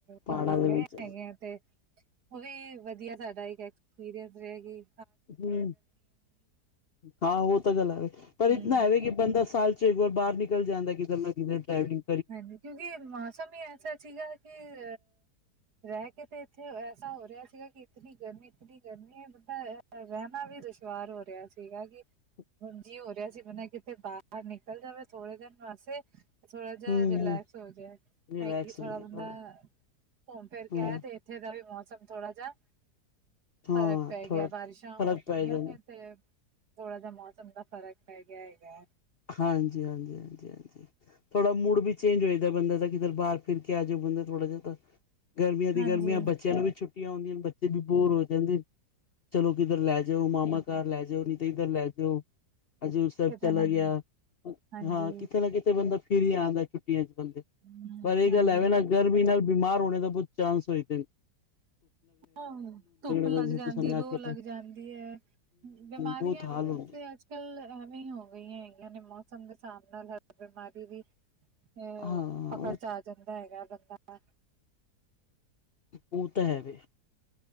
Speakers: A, on the left (about 50°); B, on the right (about 75°).
A: ਪਹਾੜਾਂ
B: ਘੁੰਮਣ
A: ਦੇ
B: ਗਏ
A: ਵਿੱਚ
B: ਹੈਗੇ ਆ ਤੇ ਉਹ ਵੀ ਵਧੀਆ ਸਾਡਾ ਇੱਕ ਐਕਸਪੀਰੀਅੰਸ ਰਹੇਗੀ।
A: ਹੂੰ, ਹਾਂ ਉਹ ਤਾਂ ਗੱਲ ਆਵੇ ਪਰ ਇਤਨਾ
B: ਹੂੰ
A: ਆਵੇ ਕਿ ਬੰਦਾ ਸਾਲ ਚ ਇਕ ਵਾਰ ਬਾਹਰ ਨਿਕਲ ਜਾਂਦਾ ਕਿਧਰ ਨਾ ਕਿਧਰ ਡਰਾਈਵਲਿੰਗ।
B: ਹਾਂਜੀ, ਕਿਉਂਕਿ ਮੌਸਮ ਹੀ ਐਸਾ ਸੀਗਾ ਕੇਹ ਰਹਿ ਕੇ ਤੇ ਇੱਥੇ ਐਸਾ ਹੋ ਰਿਹਾ ਸੀਗਾ ਕਿ ਇਤਨੀ ਗਰਮੀ, ਇਤਨੀ ਗਰਮੀ ਹੈ ਬੰਦਾ ਰਹਿਣਾ ਵੀ ਦੁਸ਼ਵਾਰ ਹੋ ਰਿਹਾ ਸੀਗਾ ਕਿ
A: ਅ <unintelligible>
B: ਹੁਣਜੀ ਹੋ ਰਿਹਾ ਸੀ ਬੰਦਾ ਕਿਤੇ ਬਾਹਰ ਨਿਕਲ ਜਾਵੇ ਥੋੜੇ ਦਿਨ ਘਾਰ ਸੇ ਥੋੜੇ ਜਰਾ
A: ਹੂੰ
B: ਰਿਲੈਕਸ
A: ਹੂੰ
B: ਹੋ ਜਾਏ
A: ਰਿਲੈਕਸ
B: ਹੈਕੀ
A: ਹੋ
B: ਥੋੜਾ
A: ਜਾਂਦਾ
B: ਬੰਦਾ ਘੁੰਮ ਫੇਿਰ ਕੇ
A: ਹਾਂ
B: ਆ ਦੇ ਇੱਥੇ ਦਾ ਵੀ ਮੌਸਮ ਥੋੜਾ ਜਿਹਾ
A: ਹਾਂ
B: ਫ਼ਰਕ ਪੈ
A: ਥੋੜਾ
B: ਗਿਆ ਬਾਰਿਸ਼ਾਂ
A: ਫ਼ਰਕ
B: ਹੋ
A: ਪੈ
B: ਗਈਆਂ
A: ਜਾਂਦਾ
B: ਨੇ। ਤੇ ਥੋੜਾ ਜਿਹਾ ਮੌਸਮ ਦਾ ਫ਼ਰਕ ਪੈ ਗਿਆ ਹੈਗਾ ਹੈ
A: ਹਾਂਜੀ ਹਾਂਜੀ ਹਾਂਜੀ ਹਾਂਜੀ ਥੋੜਾ ਮੂਡ ਵੀ ਚੇਂਜ ਹੋ ਜਾਂਦਾ ਬੰਦੇ ਦਾ ਕਿੱਧਰ ਬਾਹਰ ਫਿਰ ਕੇ ਆ ਜਾਵੇ ਬੰਦਾ ਥੋੜਾ ਜਿਹਾ ਤਾਂ ਗਰਮੀਆਂ ਦੀ
B: ਹਾਂਜੀ-ਹਾਂਜੀ
A: ਗਰਮੀਆਂ ਬੱਚਿਆਂ ਨੂੰ ਵੀ ਛੁੱਟੀਆਂ ਆਉਂਦੀਆਂ ਨੇ ਬੱਚੇ ਵੀ ਬੋਰ ਹੋ ਜਾਂਦੇ ਨੇ। ਚਲੋ ਕਿੱਧਰ ਲੈ ਜਾਓ ਮਾਮਾ ਘਰ ਲੈ ਜਾਓ ਨਹੀਂ ਤੇ ਇੱਧਰ ਲੈ ਜਾਓ ਹਜੂਰ ਸਾਹਿਬ
B: ਕਿਤੇ
A: ਚਲਾ
B: ਨਾ ਕਿ
A: ਗਿਆ
B: ਹਾਂਜੀ
A: ਹਾਂ ਕਿਤੇ ਨਾ ਕਿਤੇ ਬੰਦਾ ਫਿਰ ਜਾ ਆਉਂਦਾ ਛੁੱਟੀਆਂ ਚ ਬੰਦੇ
B: ਹੂੰ,
A: ਪਰ ਇਹ
B: ਹਾਂਜੀ
A: ਗੱਲ ਐਵੇਂ ਨਾ। ਗਰਮੀ ਨਾਲ ਬਿਮਾਰ ਹੋਣੇ ਦਾ ਬਹੁਤ ਚਾਂਸ ਹੋਏ ਤੇ
B: ਹਾਂ ਧੁੱਪ ਲੱਗ
A: ਦਾ ਜਿਸ
B: ਜਾਂਦੀ
A: ਤੁਸੀਂ ਨੇ
B: ਹੈ
A: ਆਖਿਆ
B: ਲੂਹ ਲੱਗ
A: ਹੂੰ
B: ਜਾਂਦੀ ਹੈ ਬਿਮਾਰੀਆਂ
A: ਬਹੁਤ ਹਾਲ
B: ਹੁਣ
A: ਹੁੰਦੇ
B: ਫਿਰ ਅੱਜ ਕੱਲ ਐਵੇਂ ਹੀ ਹੋ ਗਈਆਂ ਹੈਗੀਆਂ ਨੇ ਮੌਸਮ ਦੇ ਹਿਸਾਬ ਨਾਲ ਹਰ ਬਿਮਾਰੀ ਵੀ ਤੇ
A: ਹਾਂ
B: ਪਕੜ
A: ਉਹ
B: ਚ ਆ ਜਾਂਦਾ ਹੈਗਾ ਬੰਦਾ
A: ਉਹ ਤਾਂ ਹੈਵੇ।